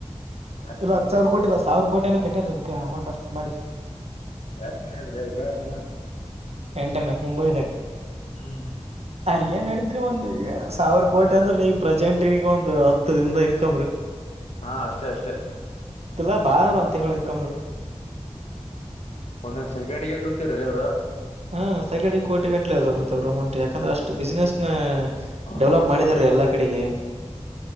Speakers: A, on the left; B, on the right.
A: ಜಾಸ್ತಿನೇ
B: ಇಲ್ಲ ಹತ್ತು
A: ಬಂದ
B: ಸಾವಿರ ಕೋಟಿ ಇಲ್ಲ ಸಾವಿರ ಕೋಟಿ ಕಟ್ಟ ಇರೋದಕ್ಕೆ ಅಮೌಂಟ್ ಅಷ್ಟು ಮಾಡಿ
A: ದಶಿನಿ ಆದ್ರಕ್ಣ
B: ಎಂಟರ್ನ ಮುಂಬೈ ತಾಗ
A: ಹ್ಮ್
B: ಅರಿ ಏನ್ ನಡತ್ರಿೀ ಒಂದ್ ಸಾವಿರ ಕೋಟಿ ಅಂದ್ರ ನೀಗ ಪ್ರೆಸೆಂಟ್ಗ ಒಂದು್ ಹತ್ತು ದ ಇನ್ಕಮ ರೀ
A: ಹಾ ಅಷ್ಟೇ ಅಷ್ಟೆ
B: ಇಲ್ಲ ಬಾರಾರಂತ ತಿಂಗಳು ಇನ್ಕಮ್
A: ಒಂದೊಂದ್ ಸೆಕೆಂಡ್ಿಗೆ ದುಡ್ತಿರ ರೀ ಅವ್ರ
B: ಹಾ ಸೆಕಂಡಿಗೆ ಕೋಿ ಗಂಟ್ಲೆ ಅದಾವ ಮತ್ತೆ ಅವರು ಅಮಂಟ್ ಯಾಕಂದ್ರೆ ಅಷ್ಟು ಬಿಸಿನೆಸ್ ನ
A: ಹಾ
B: ಡೆವಲಪ್
A: ಇಂಪ್ರೂವ್
B: ಮಾಡಿದಾರೀ
A: ಮಾಡಿದ್ರು
B: ಎಲ್ಲಾ ಕಡೆಗೆ